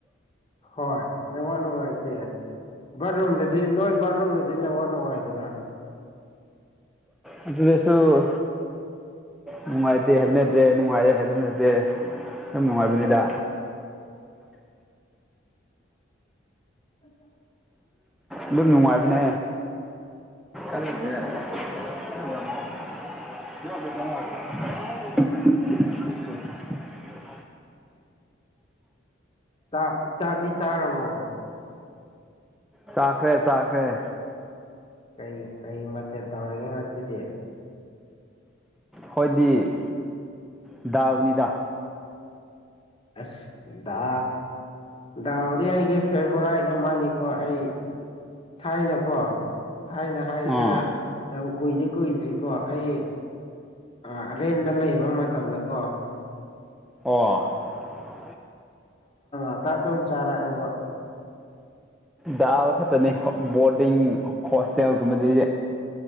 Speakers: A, on the left; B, in the centre.
A: ꯍꯣꯏ ꯂ ꯋꯥꯅ ꯍꯥꯏꯥꯏ ꯇ ꯕꯥꯠꯔꯨꯝꯗꯗꯤ ꯅꯣꯏ ꯕꯥꯠꯔꯨꯝꯗꯗꯤ ꯅꯪ ꯋꯥ ꯅꯨꯡꯉꯥꯏꯗꯅ
B: ꯑꯗꯨ ꯑꯗꯨꯗꯁꯨꯣ ꯅꯨꯡꯉꯥꯏꯇꯦ ꯍꯥꯏꯦꯅꯗꯦ ꯅꯨꯡꯉꯥꯏꯔꯦ ꯍꯥꯏꯦꯟꯅꯗꯦ ꯌꯥꯝ ꯅꯨꯡꯉꯥꯏꯕꯅꯤꯗ
A: ꯑ
B: ꯑꯗꯨꯝ ꯅꯨꯡꯉꯥꯏꯕꯅꯦ <unintelligible>
A: ꯆꯥꯛ ꯆꯥꯛꯗꯤ ꯆꯥꯔꯕꯣ
B: ꯆꯈ꯭ꯔꯦ ꯆꯈꯔꯦ
A: ꯀꯩ ꯀꯩ ꯃꯊꯦꯜ ꯇꯧꯔꯒꯦ ꯉꯁꯤꯗꯤ
B: ꯍꯣꯏꯗꯤ ꯗꯥꯜꯅꯤꯗꯥ
A: ꯑꯁꯗ ꯗꯥꯎꯗꯤ ꯑꯩꯒꯤ ꯐꯦꯚꯣꯔꯥꯏꯠ ꯑꯃꯅꯤꯀꯣ ꯑꯩ ꯊꯥꯏꯅꯀꯣ ꯊꯥꯏꯅ ꯍꯥꯏꯁꯤꯦꯔ
B: ꯑꯥ
A: ꯌꯥꯝ ꯀꯨꯏꯗꯤꯦ ꯀꯨꯏꯗ꯭ꯔꯤꯀꯣ ꯑꯩ ꯔꯔꯦꯟꯗ ꯂꯩꯕ ꯃꯇꯝꯗꯀꯣ
B: ꯑ
A: ꯑꯇꯥꯗꯝ ꯆꯥꯔꯥꯕ
B: ꯗꯥꯜ ꯈꯛꯇꯅꯤ ꯕꯣꯔꯗꯤꯡ ꯍꯣꯁꯇꯦꯜꯒꯨꯝꯕꯗ